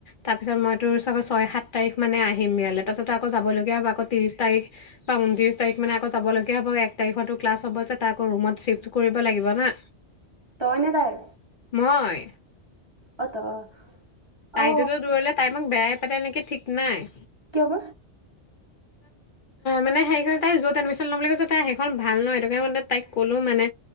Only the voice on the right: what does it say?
তই এনে তাই নযায়।
অ তই।
অ
কি হব!